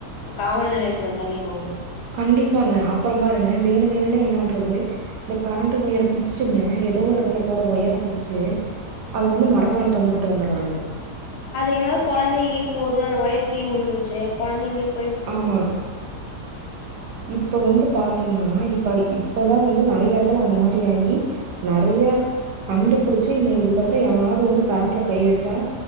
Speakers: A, on the left; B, on the right.
A: காவல் நிலையத்துல தள்ளிரணு
B: கண்டிப்பாங்க அப்புற பாருங்க வேணு வேணுனே என்ன பண்றது இந்த கரண்ட் ஒயர பிச்சிங்க ஏதோ ஒரு எடத்துல போற ஒயர பிச்சி அத வந்து மரத்து மேல தொங்கவுட்டுட்டு வந்துற்றானுங்கே
A: அது எங்காவது கொழந்த ஈர் போது அந்த ஒயர் கீழ் உழுந்துச்சி கொழந்தைங்க இரு
B: ஆமா இப்ப வந்து பாத்தோம்னா இப்ப இப் இப்பதா வந்து நறைய எடத்துல அந்த மாரி ஆயி நறைய கண்டுபிடி ச்சி நீ இதுக்கப்புற எவனாது வந்து கரண்ட்ல கை வச்சா